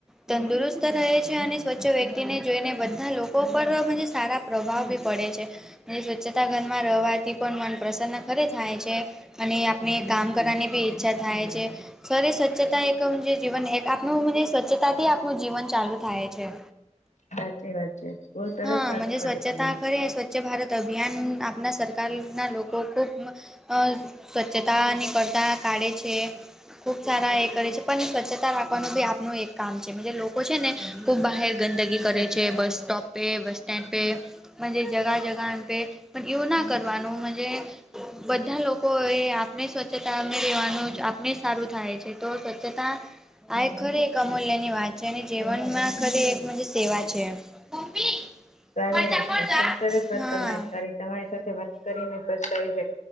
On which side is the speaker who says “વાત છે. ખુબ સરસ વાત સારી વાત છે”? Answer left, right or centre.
Left